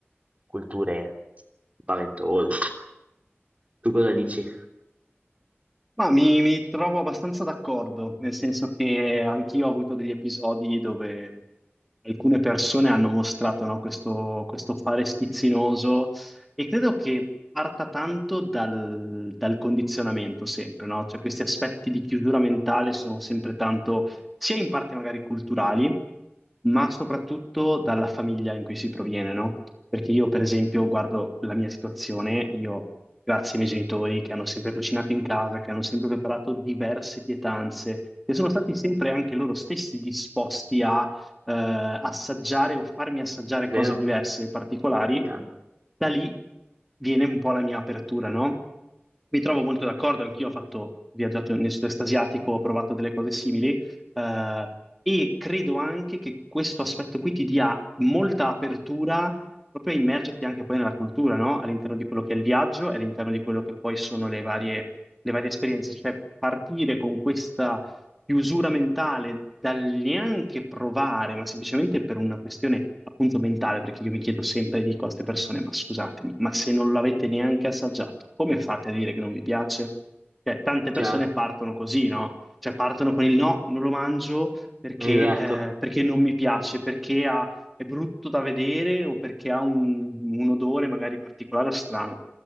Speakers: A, on the right; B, in the centre.
A: culture spaventose. Tu cosa dici?
B: Ma mi, mi trovo abbastanza d'accordo, nel senso che anch'io ho avuto degli episodi dove alcune persone hanno mostrato, no, questo, questo fare schizzinoso e credo che parta tanto dal, dal condizionamento sempre, no? Cioè questi aspetti di chiusura mentale sono sempre tanto, sia in parte magari culturali, ma soprattutto dalla famiglia in cui si proviene, no? Perché io, per esempio, guardo la mia situazione, io Grazie ai miei genitori che hanno sempre cucinato in casa, che hanno sempre preparato diverse pietanze, che sono stati sempre anche loro stessi disposti a eh, assaggiare o farmi assaggiare
A: Vero?
B: cose diverse e particolari,
A: Chiaro,
B: da lì viene un po' la mia apertura, no? Mi trovo molto d'accordo, anch'io ho fatto viaggiato nel sud-est asiatico, ho provato delle cose simili, eh, e credo anche che questo aspetto qui ti dia molta apertura proprio immergerti anche poi nella cultura, no? All'interno di quello che è il viaggio e all'interno di quello che poi sono le varie, le varie esperienze, cioè partire con questa chiusura mentale dal neanche provare, ma semplicemente per una questione appunto mentale, perché io mi chiedo sempre, dico a queste persone, ma scusatemi, ma se non l'avete neanche assaggiato, come fate a dire che non vi piace? Cioè, tante persone
A: chiaro.
B: partono così, no? Cioè partono con il no, non lo mangio perché,
A: Esatto,
B: eh, perché non mi piace, perché ha è brutto da vedere o perché ha un, un odore magari particolare o strano.